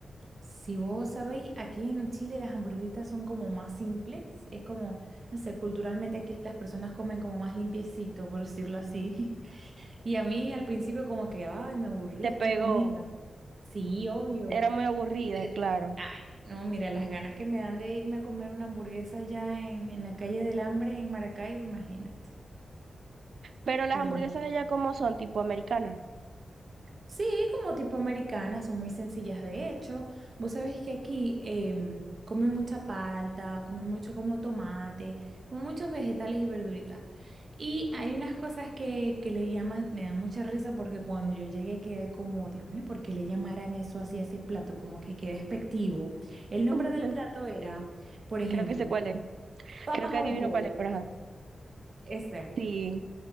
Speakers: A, on the right; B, on the right.
A: si vos sabéis, aquí en Chile las hamburguesitas son como más simples, es como, no sé, culturalmente aquí las personas comen como más limpiecito, por decirlo así. Y a mí al principio como que, ay, me aburría
B: te pegó.
A: esta comida. Sí, obvio.
B: Era muy aburrida,
A: Y- y de-
B: claro.
A: ay, no, mira, las ganas que me dan de irme a comer una hamburguesa allá en, en la calle del Hambre en Maracaibo, imagínate.
B: Pero las
A: Pero
B: hamburguesas de ella como son, tipo americanas.
A: Sí, como tipo americanas, son muy sencillas de hecho. Vos sabéis que aquí em, comen mucha palta, comen mucho como tomate, comen muchos vegetales y verduritas. Y hay unas cosas que, que le llaman, me dan mucha risa porque cuando yo llegué quedé como, Dios mío, ¿por qué le llamarán eso así a ese plato? Como que qué despectivo. El nombre
B: <laughs>
A: del plato era, por ejemplo,
B: Creo que sé cuál es.
A: papas
B: Creo que
A: a
B: adivino
A: lo pobre,
B: cuál es, pero ajá.
A: ese.
B: Sí.